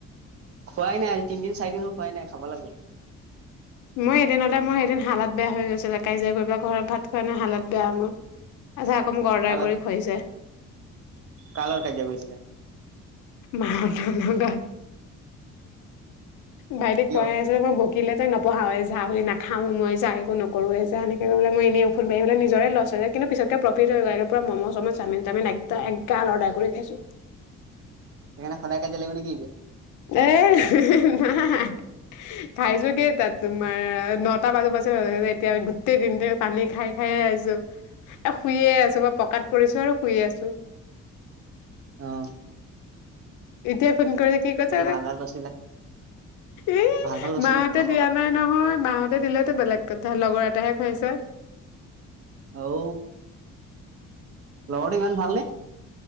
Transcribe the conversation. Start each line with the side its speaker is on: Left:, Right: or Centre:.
Right: খোৱাই নাই আজি তিনিদিন চাৰিদিন হল খোৱাই নাই খাব লাগিব।
Left: মোৰ এদিনতে মোৰ এদিন হালত বেয়া হৈ গৈছিলে কাজিয়া কৰি ঘৰত ভাত খোৱাই নাই হালত বেয়া মোৰ। আচ্ছা আকৌ মোক অৰ্ডাৰ
Right: কাৰ লগত
Left: কৰি খুৱাইছে।
Right: কাৰ লগত কাজিয়া কৰিছিলা?
Left: মাৰ লগত গা বাইদেউ
Right: কিয়?
Left: পঢ়াই আছিল মোক বকিলে যে নপঢ়াও যাৰ গাহৰী নাখাওঁ মই যা একো নকৰোঁৱে যা এনেকৈ কৈ পেলাই মই এনে ফোন পাৰি পেলাই নিজৰ লছ হ'লে, কিন্তু পিছত গৈ প্ৰফিট হ'ল বাৰু পূৰা মম' চম' চাওঁমিন তাওঁমিন একদম এক এগাল অৰ্ডাৰ কৰি খাইছোঁ।
Right: সেই কাৰণে সদায় কাজিয়া লাগিব নে কি এতিয়া?
Left: এ নাই খাই যদিও তাত তোমাৰ নটা বাজৰ পাছত এতিয়া গোটেই দিনটো পানী খাই খাই আছোঁ। এই শুইয়ে আছোঁ। পকাত পৰিছোঁ আৰু শুইয়েই আছোঁ।
Right: অহ'
Left: এতিয়াই ফোন কৰি কি কৈছে,
Right: ভাল ভাল বস্তুবিলাক
Left: এই
Right: ভাল ভাল বস্তুবিলাক
Left: মাহঁতে
Right: খাব পাবা।
Left: দিয়া নাই নহয়, মাহঁতে দিলেতো বেলেগ কথা লগৰ এটাহে কৈ আছে।
Right: অঔ, লগৰটো ইমান ভালনে?